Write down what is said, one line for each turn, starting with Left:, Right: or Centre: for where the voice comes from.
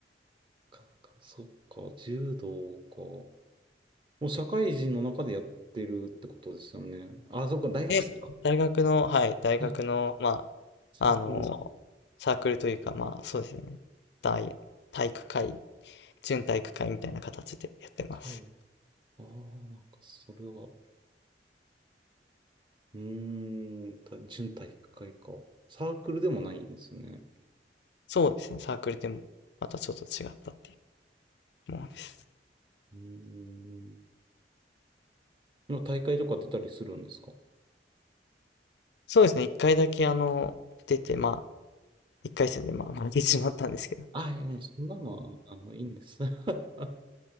Right: なかなか、そっか、柔道か。もう社会人の中でやってるってことですよね。あ、そっか、大学生か。
Left: で、大学の、はい、大学の、
Right: はい。
Left: ま
Right: サークル。
Left: あ、あの、サークルというか、まあ、そうですね、大、体育会準体育会みたいな形でやってます。
Right: はい。ああ、なんか、それは、うーん、た準体育会か。サークルでもないんですよね。
Left: そうですね、サークルでもまたちょっと違ったっていうものです。
Right: うーん。の大会とか出たりするんですか
Left: そうですね、一回だけあの、出て、まあ、一回戦でまあ負けてしまったんですけど、
Right: あ、いや、もうそんなのは、あの、いいんです。<laughs>